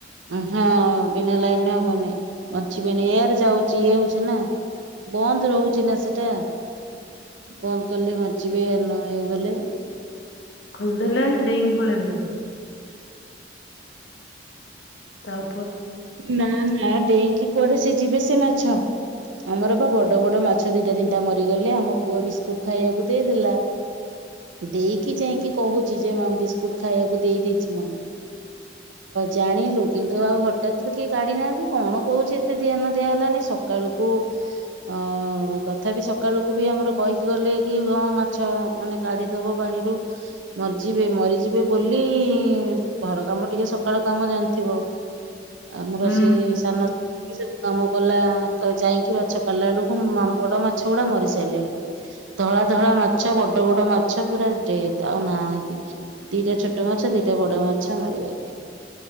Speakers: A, on the right; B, on the left.
A: ହଁ ବିନା ଲାଇନ ହବନି। ବଞ୍ଚିବେନି ଏୟାର ଯାଉଚି ଇଏ ହଉଚି ନା, ବନ୍ଦ ରହୁଚି ନା ସେଟା, ବନ୍ଦ କଲେ ବଞ୍ଚିବେ, ନ ଏୟାର ଗଲେ
B: ଖୋଲିଦେଲେ ନେଇକି ପଳେଇବେ। ତାପ
A: ନା ନା ଡେଇଁକି କୁଆଡେ ସେ ଯିବେ ସେ ମାଛ, ଆମର ବା ବଡ ବଡ ମାଛ ଦିଟା ତିନିଟା ମରିଗଲେ। ଆମ ପୁଅ ବିସ୍କୁଟ ଖାଇବାକୁ ଦେଇଦେଲା, ଦେଇକି ଯାଇକି କହୁଛି ଯେ ମା ବିସ୍କୁଟ ଖାଇବାକୁ ଦେଇ ଦେଇଚି ମାମା ଜାଣିଲୁ, କିନ୍ତୁ ଆଉ ତାକୁ ତ କିଏ କାଢି ନାହାନ୍ତି, କଣ କହୁଚି ଏତେ ଧ୍ୟାନ ଦିଆହଲାନି ସକାଳକୁ ଅ ତଥାପି ସକାଳକୁ ବି ଆମର କହିକି ଗଲେ କି ହଁ ମାଛ ମାନେ କାଢିଦବ ପାଣିରୁ, ମରିଯିବେ ମରିଯିବେ ବୋଲି ଘର କାମ ଟିକେ ସକାଳ କାମ ଜାଣିଥିବ। ଆମର
B: ହୁଁ।
A: ସେ ସାନ ଏ ସବୁ କାମ କଲା କ ଯାଇକି ବା ଚଛ କଲା ବଳକୁ ମାମ୍ ବଡ ମା ମାଛ ଗୁଡା ମରିସାରିଲେଣି। ଧଳା ଧଳା ମାଛ ବଡ ବଡ ମାଛ ପୁରା ଯେ ଆଉ ନାହାନ୍ତି। ଦିଟା ଛୋଟ ମାଛ ଦିଟା ବଡ ମାଛ ମରିଗଲେ।